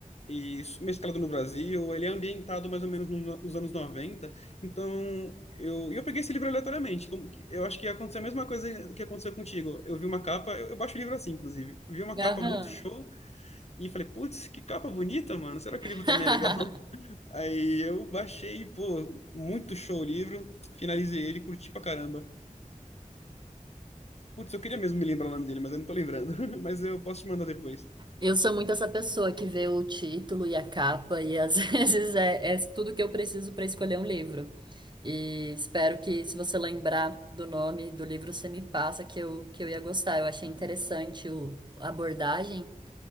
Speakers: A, on the left; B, on the right.
A: e s- mesclado no Brasil. Ele é ambientado mais ou menos no- nos anos noventa Então, eu, e eu peguei esse livro aleatoriamente. como que- Eu acho que aconteceu a mesma coisa que aconteceu contigo. Eu vi uma capa, eu, eu baixo o livro assim, inclusive. Eu vi uma
B: aham.
A: capa muito show e falei, putz, que capa bonita, mano. Será que
B: <laughs>
A: o livro também é legal? <laughs> Aí eu baixei, pô, muito show o livro. Finalizei ele, curti pra caramba. Putz, eu queria mesmo me lembrar o nome dele, mas eu não tô lembrando. <laughs> Mas eu posso te mandar depois.
B: Eu sou muito essa pessoa que vê o título e a capa, e às <laughs> vezes é, é tudo que eu preciso para escolher um livro. E espero que, se você lembrar do nome do livro, você me passa que eu, que eu ia gostar. Eu achei interessante o, a abordagem.